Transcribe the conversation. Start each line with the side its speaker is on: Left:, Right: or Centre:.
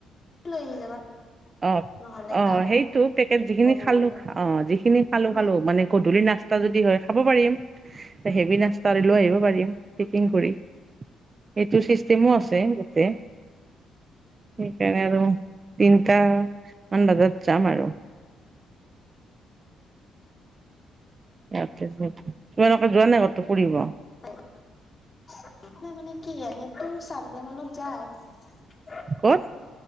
Left: লৈ আহি যাবা।
Right: অ,
Left: নহ'লে
Right: অ,
Left: খাব
Right: সেইটো পেকেট যিখিনি
Left: নোৱাৰিলে
Right: খালো অ, যিখিনি খালো,
Left: ন
Right: খালো মানে গধূলি নাচ যদি হয় খাব পাৰিম হেভি নাস্তা লৈ আহিব পাৰিম, পকিং কৰি। সেইটো চিষ্টেমো আছে তাতে সেইকাৰণে আৰু তিন তা, মান বজাত যাম আৰু। তোমালোকে যোৱা নাই কতো ফুৰিব?
Left: <unintelligible>
Right: ক'ত?